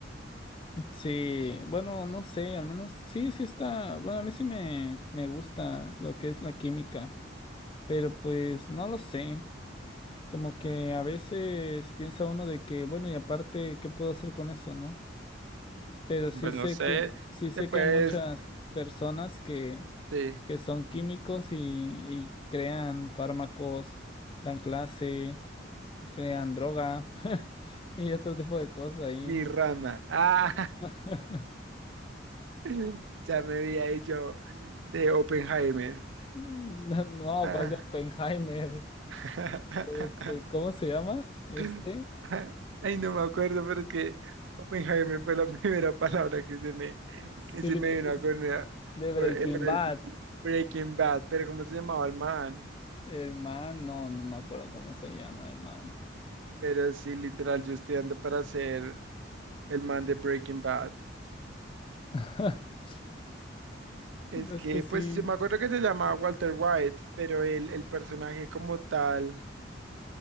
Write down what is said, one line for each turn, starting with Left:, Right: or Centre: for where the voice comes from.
Left: Sí, bueno, no sé, al menos sí, sí está, bueno, a mí sí me, me gusta lo que es la química, pero pues no lo sé. Como que a veces piensa uno de que, bueno, y aparte, ¿qué puedo hacer con eso, no? Pero sí
Right: Pues
Left: sé
Right: no sé,
Left: que, sí sé
Right: te puedes,
Left: que hay muchas personas que,
Right: sí,
Left: que son químicos y, y crean fármacos, dan clase, crean droga <laughs> y otro tipo de cosas ahí.
Right: mi rama. Ah,
Left: <laughs>
Right: <laughs> ya me vi ahí yo de Oppenheimer.
Left: No, no,
Right: Ah.
Left: ¿cuál de Oppenheimer?
Right: <laughs>
Left: De este, ¿cómo se llama? Este,
Right: <laughs> Ay, no me acuerdo, pero es que Oppenheimer fue la <laughs> primera palabra que se me, que
Left: sí,
Right: se me
Left: pues,
Right: vino a cornear.
Left: de
Right: Por,
Left: Breaking
Right: eh, pero-
Left: Bad.
Right: Breaking Bad, pero ¿cómo se llamaba el man?
Left: El man, no, no me acuerdo cómo se llama el man.
Right: Pero sí, literal, yo estoy ando para ser el man de Breaking Bad.
Left: <laughs>
Right: Es
Left: Es
Right: que,
Left: que sí,
Right: pues, yo me acuerdo que se llamaba Walter White, pero el, el personaje como tal,